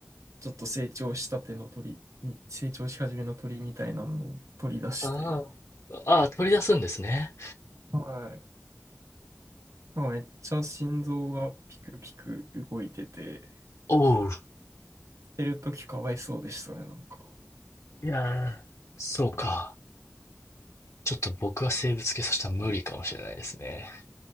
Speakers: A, on the right; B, on the left.
A: ちょっと成長したての鳥に、成長し始めの鳥みたいなのを取り出して、
B: あーあー、取り出すんですね。
A: はい。なんかめっちゃ心臓がピクピク動いてて、
B: おう。
A: 捨てるときかわいそうでしたね、なんか。
B: いやー、そうか。ちょっと僕は生物系そしたら無理かもしれないですね。